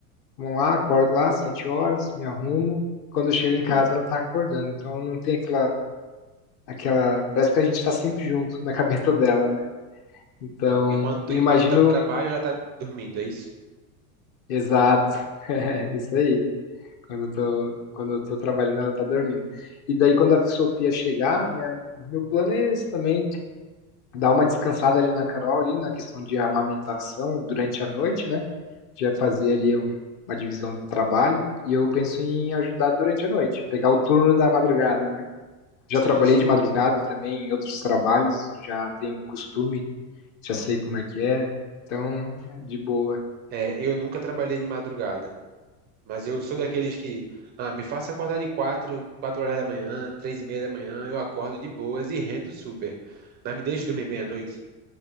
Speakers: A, on the left (about 50°); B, on the right (about 25°).
A: Vamos lá, acordo lá, sete horas, me arrumo. Quando eu chego em casa, ela tá acordando. Então não tem aquela, aquela. Parece que a gente tá sempre junto na <laughs> cabeça dela, né? Então,
B: Ah, porque quando tu,
A: eu
B: enquanto
A: imagino.
B: tá no trabalho, ela tá dormindo, é isso?
A: Exato. <laughs> É isso aí. Quando eu tô, quando eu tô trabalhando, ela tá dormindo. E daí, quando a Sofia chegar, minha, meu plano é esse também. dar uma descansada ali na Carol, ali na questão de amamentação durante a noite, né? Já fazer ali um- uma divisão do trabalho. E eu penso em ajudar durante a noite, pegar o turno da madrugada, né? Já
B: Sim,
A: trabalhei
B: sim.
A: de madrugada também em outros trabalhos, já tenho costume, já sei como é que é. Então, é de boa.
B: É, eu nunca trabalhei de madrugada. Mas eu sou daqueles que, ah, me faça acordar de quatro, quatro horas da manhã, três e meia da manhã, eu acordo de boas e rendo super. Mas me deixe dormir bem à noite.